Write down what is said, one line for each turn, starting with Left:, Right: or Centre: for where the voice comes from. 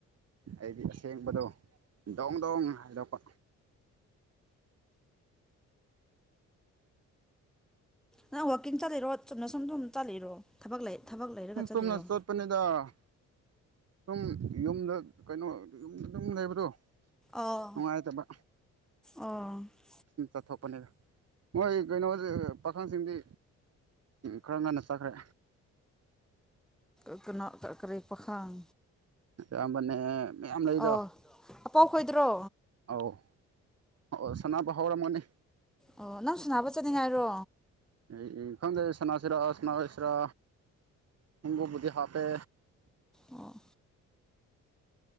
Right: ꯑꯩꯗꯤ ꯑꯁꯦꯡꯕꯗꯣ ꯗꯧ ꯗꯣꯡ ꯍꯥꯏꯗꯣꯛꯄ
Centre: ꯅ ꯋꯥꯀꯤꯡ ꯆꯥꯂꯤꯔꯣ ꯆꯨꯝꯅ ꯁꯨꯝ ꯁꯨꯝ ꯆꯠꯂꯤꯔꯣ꯫ ꯊꯕꯛ ꯂꯩ꯫ ꯊꯕꯛ ꯂꯩꯔꯒ
Right: ꯁꯨꯝ ꯆꯨꯝꯅ
Centre: ꯆꯠꯂꯤꯔꯣ꯫
Right: ꯆꯠꯄꯅꯤꯗ ꯁꯨꯝ ꯌꯨꯝꯗ ꯀꯩꯅꯣ ꯌꯨꯝꯗ ꯑꯗꯨꯝ ꯂꯩꯕꯗꯣ꯫
Centre: ꯑꯥ
Right: ꯅꯨꯡꯉꯥꯏꯇꯕ
Centre: ꯑꯣ
Right: ꯁꯨꯝ ꯆꯠꯊꯣꯄꯅꯤꯗ꯫ ꯃꯣꯏ ꯀꯩꯅꯣ ꯄꯥꯈꯪꯁꯤꯡꯗꯤ ꯈꯔ ꯉꯟꯅ ꯆꯠꯈ꯭ꯔꯦ꯫
Centre: ꯏ ꯀꯅꯥ ꯀꯔꯤ ꯄꯥꯈꯪ꯫
Right: ꯏꯌꯥꯝꯕꯅꯦ ꯃꯌꯥꯝ ꯂꯩꯗ꯫
Centre: ꯑꯣ ꯑꯄꯥꯎ ꯈꯣꯏꯗꯔꯣ꯫
Right: ꯑꯧ ꯑꯣ ꯁꯅꯥꯅꯕ ꯍꯧꯔꯝꯃꯅꯤ꯫
Centre: ꯑꯣ ꯅꯪ ꯁꯥꯅꯕ ꯆꯠꯅꯤ ꯍꯥꯏꯔꯣ꯫
Right: ꯑꯩ ꯈꯪꯗꯦ ꯁꯅꯥꯁꯤꯔꯥ ꯁꯅꯥꯔꯣꯢꯁꯤꯔꯥ ꯈꯨꯉꯨꯞꯄꯨꯗꯤ ꯍꯥꯞꯄꯦ꯫
Centre: ꯑꯣ꯫